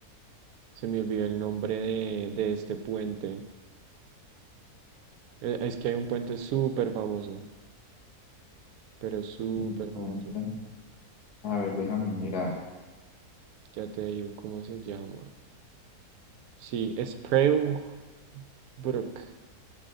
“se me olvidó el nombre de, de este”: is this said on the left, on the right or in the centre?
Right